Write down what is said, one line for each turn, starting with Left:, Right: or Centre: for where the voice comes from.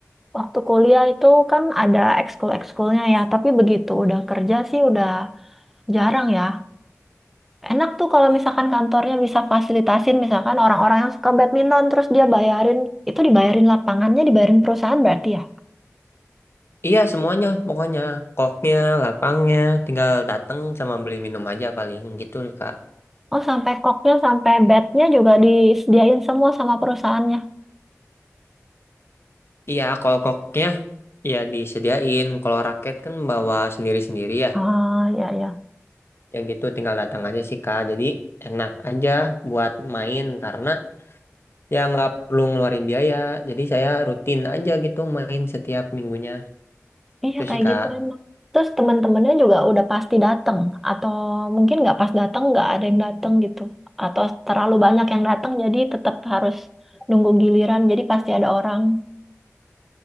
Centre: waktu kuliah itu kan ada ekskul-ekskulnya ya, tapi begitu udah kerja sih udah jarang ya. Enak tuh kalau misalkan kantornya bisa fasilitasin misalkan orang-orang yang suka badminton terus dia bayarin, itu dibayarin lapangannya, dibayarin perusahaan berarti ya.
Left: Iya semuanya pokoknya koknya, lapangnya, tinggal datang sama beli minum aja paling gitu Kak.
Centre: Oh, sampai koknya, sampai batnya juga disediain semua sama perusahaannya.
Left: Iya kalau koknya ya disediain, kalau raket kan bawa sendiri-sendiri ya.
Centre: Ah, ya ya.
Left: Yang gitu tinggal datang aja sih Kak. Jadi enak aja buat main karena ya nggak perlu ngeluarin biaya. Jadi saya rutin aja gitu main setiap minggunya gitu
Centre: Iya kayak
Left: sih Kak.
Centre: gitu enak. Terus teman-temannya juga udah pasti datang atau mungkin nggak pas datang nggak ada yang datang gitu atau terlalu banyak yang datang jadi tetap harus nunggu giliran jadi pasti ada orang.